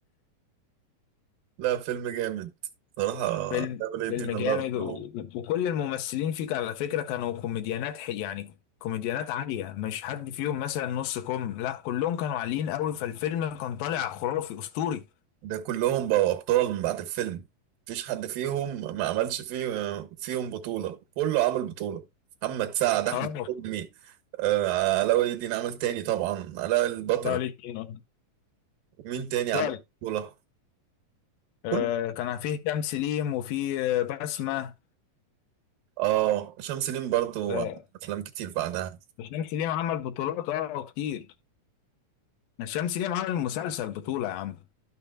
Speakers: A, on the right (about 80°); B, on the left (about 85°).
A: لا فيلم جامد صراحه
B: فيلم
A: علاء ولي الدين
B: فيلم جامد
A: الله يرحمه
B: و... وكل الممثلين فيك على فكرة كانوا كوميديانات ح... يعني كوميديانات عالية مش حد فيهم مثلا نص كوم لا كلهم كانوا عاليين قوي فالفيلم كان طالع خرافي اسطوري
A: ده كلهم بقوا أبطال من بعد الفيلم مفيش حد فيهم ما عملش فيه فيهم بطولة كله عمل بطولة محمد سعد أحمد
B: اه
A: حلمي آه، علاء ولي الدين عمل تاني طبعا علاء البطل
B: لا ليه اتنين، آه.
A: ومين تاني عمل
B: فعلا
A: بطولة كل
B: آه كان فيه هشام سليم وفيه آه، بسمة
A: اه هشام سليم برضو
B: آه،
A: عمل أفلام كتير بعدها
B: الشمس ليه عمل بطولات اه كتير الشمس ليه عمل مسلسل بطولة يا عم